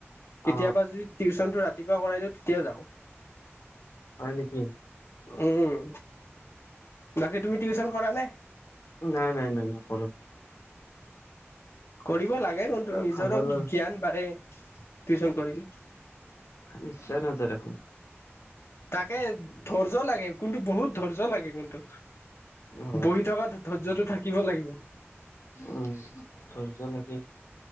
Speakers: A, on the left; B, on the left.
A: কেতিয়াবা
B: অ
A: যদি টিউচনটো ৰাতিপুৱা কৰাই দিওঁ তেতিয়া যাওঁ।
B: হয় নেকি?
A: উম। বাকী, তুমি টিউচন কৰা নে?
B: নাই নাই নাই নকৰো।
A: কৰিব লাগে কিন্তু নিজৰ
B: ভাল নালাগ
A: জ্ঞান বাঢ়ে, টিউচন কৰিলে।
B: ইচ্ছা নাযায় দেখোন।
A: তাকে ধৈৰ্য লাগে কোন্তু বহুত ধৈৰ্য লাগে কোন্তু।
B: হয়
A: বহি থকা ধ ধৈৰ্য্যটো থাকিব লাগিব।
B: উম ধৈৰ্য্য লাগে।